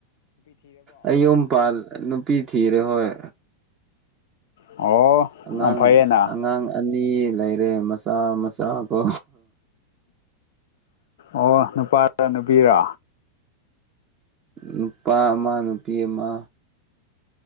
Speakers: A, on the right; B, on the left.
A: ꯑꯩ ꯌꯨꯝ ꯄꯜ ꯅꯨꯄꯤ ꯊꯤꯔꯦ ꯍꯣꯏ
B: ꯑꯣ
A: ꯑꯉꯥꯡ
B: ꯌꯥꯝ ꯐꯩꯌꯦꯅ
A: ꯑꯉꯥꯡ ꯑꯅꯤ ꯂꯩꯔꯦ ꯃꯆꯥ ꯃꯆꯥ ꯀꯣ
B: ꯑꯣ ꯅꯨꯄꯥ ꯔ ꯅꯨꯄꯤꯔ
A: ꯅꯨꯄꯥ ꯑꯃ ꯅꯨꯄꯤ ꯑꯃ